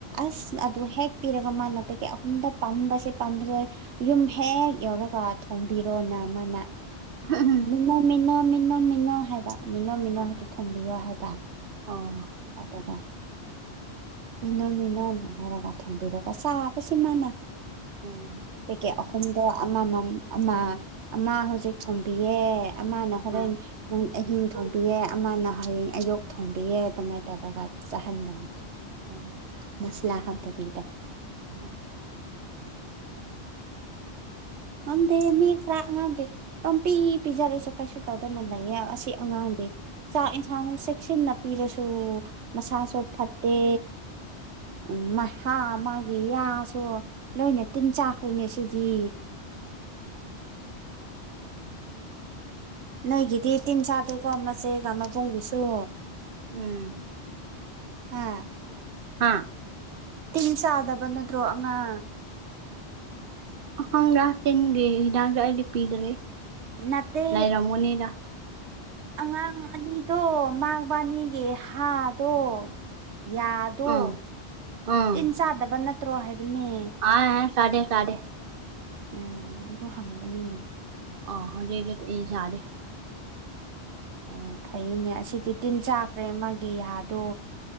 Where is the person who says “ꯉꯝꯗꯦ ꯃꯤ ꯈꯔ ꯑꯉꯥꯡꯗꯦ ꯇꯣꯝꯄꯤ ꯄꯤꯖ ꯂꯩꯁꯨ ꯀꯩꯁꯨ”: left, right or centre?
Right